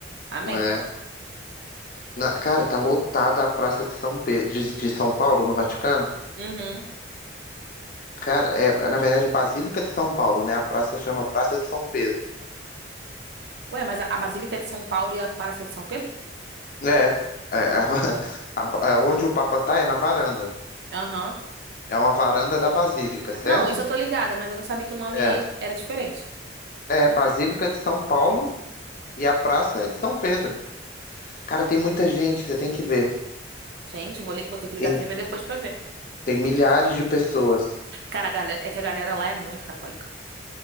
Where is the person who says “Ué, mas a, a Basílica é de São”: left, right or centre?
Right